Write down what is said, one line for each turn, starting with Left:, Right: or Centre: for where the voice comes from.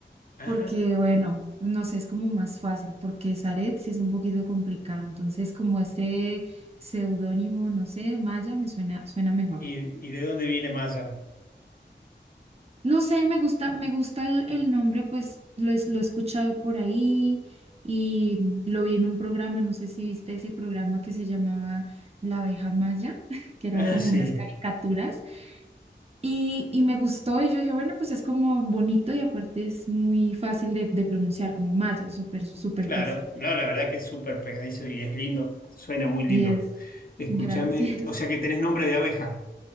Left: ajá.
Right: porque, bueno, no sé, es como más fácil porque Zaret sí es un poquito complicado, entonces como este seudónimo, no sé, Maya me suena, suena mejor.
Left: ¿Y, y de dónde viene Maya?
Right: No sé, me gusta, me gusta el, el nombre, pues lo, es- lo he escuchado por ahí y lo vi en un programa, no sé si viste ese programa que se llamaba La abeja Maya, <laughs> que eran
Left: Ah,
Right: como
Left: sí,
Right: unas caricaturas y, y me gustó y yo dije, bueno, pues es como bonito y aparte es muy fácil de, de pronunciar, como Maya, súper, súper
Left: claro.
Right: fácil.
Left: No, la verdad que es súper pegadizo y es lindo, suena muy lindo.
Right: Yes,
Left: Escúchame,
Right: gracias.
Left: o sea que tenés nombre de abeja